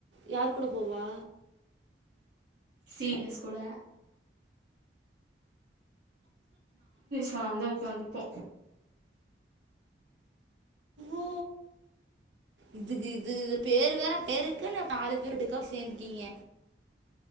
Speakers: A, on the right; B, on the right.
A: யார் கூட போவா
B: ஸீனியர்ஸ் கூட <unintelligible> வந்து உகாந்ருப்போ
A: ஓ இதுக்கு இது இ பேரு வேற பேருக்குன்னு நாலு பேர்ட் டுக்கா சேந்ர்க்கீங்க